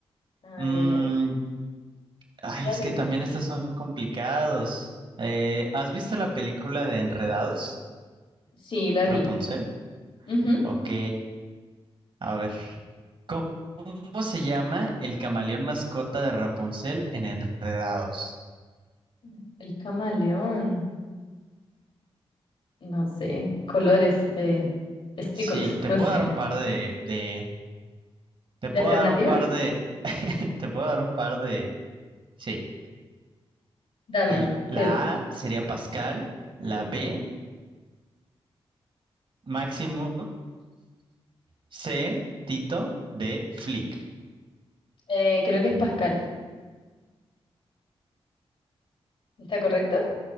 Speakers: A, on the left; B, on the right.
A: Ah,
B: Mm,
A: ya, ya.
B: ay,
A: Dale
B: es que
A: tú.
B: también estas son complicados. Eh, ¿has visto la película de Enredados?
A: Sí, la
B: Rapunzel.
A: vi. Ujú.
B: Ok. A ver. ¿Cómo, cómo se llama el camaleón mascota de Rapunzel en Enredados?
A: Mm. El camaleón, no sé, colores, eh, speckles,
B: Sí, te
A: no
B: puedo
A: sé.
B: dar un par de, de, te
A: ¿De
B: puedo
A: alternativas?
B: dar un par de, <laughs> te puedo dar un par de, sí.
A: Dame,
B: L- La
A: quiero.
B: A sería Pascal, la B, Maximus, C, Tito, D, Flick.
A: Eh, creo que es Pascal. ¿Está correcto?